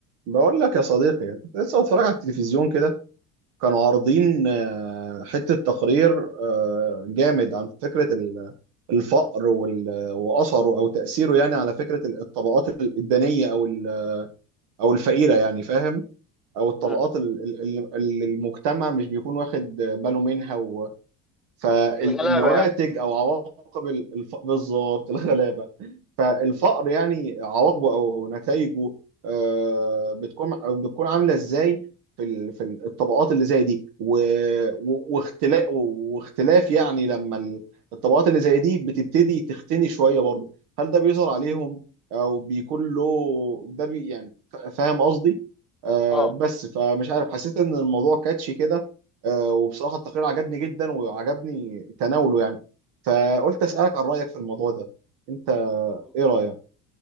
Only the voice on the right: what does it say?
بقول لك يا صديقي أنا كنت لسه بتفرج على التلفزيون كده كانوا عارضين آه، حتة تقرير آه، جامد عن فكرة ال- الفقر وال- وأثره أو تأثيره يعني على فكرة ال- الطبقات ال- الدنية أو ال- أو الفقيرة يعني فاهم أو الطبقات
ال- ال- ال- اللي المجتمع مش بيكون واخد باله منها فالنواتج
او عواقب الف... بالظبط الغلابه فالفقر يعني عواقبه او نتائجه آه، بتكون بتكون عامله ازاي في ال... في الطبقات اللي زي دي و... و... واختلاف واختلاف يعني لما ال- الطبقات اللي زي دي بتبتدي تختني شويه برضه هل ده بيظهر عليهم او بيكون له ده بي... يعني ف- فاهم قصدي آه
بس فمش عارف حسيت ان الموضوع كاتشي كده آه، وبصراحه التقرير عجبني جدا وعجبني تناوله يعني فقلت اسالك عن رايك في الموضوع ده انت
ايه رايك